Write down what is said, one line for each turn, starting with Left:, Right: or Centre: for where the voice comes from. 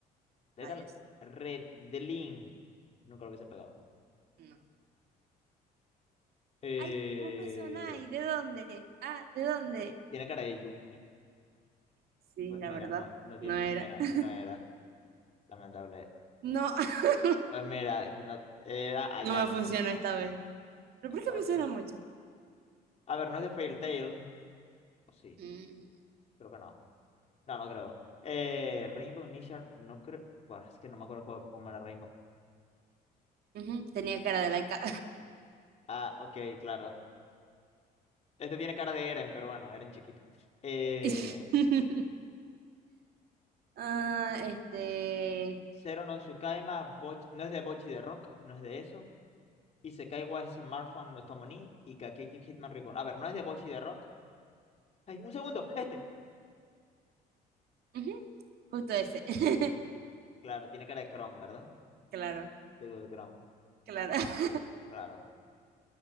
Left: Dead
Right: Rayos.
Left: Alive, Red Link, nunca lo hubiese pegado.
Right: No.
Left: Eh,
Right: Ay, vos me sonáis. ¿De dónde? Ah, ¿de dónde?
Left: Tiene cara de Yuki.
Right: Sí,
Left: Pues
Right: la
Left: mira,
Right: verdad.
Left: no, no tiene,
Right: No era.
Left: pues mira,
Right: <laughs>
Left: no era, lamentable.
Right: No, <laughs>
Left: Pues mira, no era Ayano.
Right: no me funcionó esta vez. Pero
Left: Demonios.
Right: ¿por qué me suena mucho?
Left: A ver, no es de Fairy Tail. O sí,
Right: Mm,
Left: creo que no. No, no creo. Eh, Rainbow Nishar, no creo. Buah, es que no me acuerdo cuál- cómo era Rainbow.
Right: ujú, Tenía cara de laica.
Left: Ah, ok, claro. Este tiene cara de Eren, pero bueno, Eren chiquito. Eh,
Right: <laughs> Ah, este.
Left: Zero no Tsukaima, Boch- no es de Bochi de Rock, no es de eso. Y Sekaiwa Smartphone no Tomo ni y Kakeki Hitman Reborn. A ver, no es de Bochi de Rock. Ay, un segundo, este.
Right: ujú, Justo ese. <laughs>
Left: Claro, tiene cara de Chrome, ¿verdad?
Right: Claro,
Left: De Google Chrome,
Right: claro. <laughs>
Left: claro.